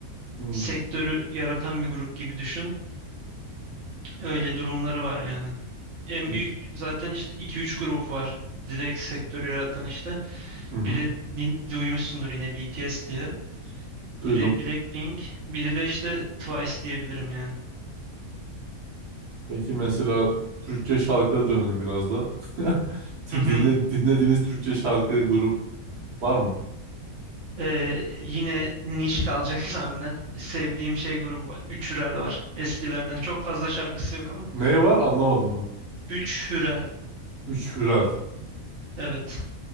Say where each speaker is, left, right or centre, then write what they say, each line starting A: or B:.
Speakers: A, on the right (about 85°); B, on the right (about 55°).
A: hı.
B: sektörü yaratan bir grup gibi düşün. Öyle durumları var yani. En
A: Peki.
B: büyük zaten işte iki üç grup var. Direkt sektörü yaratan işte.
A: Hı hı.
B: Biri din- duymuşsundur yine BTS diye.
A: Duydum.
B: Biri Blackpink, biri de işte Twice diyebilirim yani.
A: Peki mesela Türkçe şarkılara dönelim biraz da. <laughs>
B: Hı
A: Dinle,
B: hı.
A: dinlediğiniz Türkçe şarkı grup var mı?
B: Ee, yine niş kalacak <laughs> tahminen. Sevdiğim şey grubu var. Üç Hürel var. Eskilerden. Çok fazla şarkısı yok ama.
A: Ne var anlamadım ben.
B: Üç Hürel.
A: Üç Hürer.
B: Evet.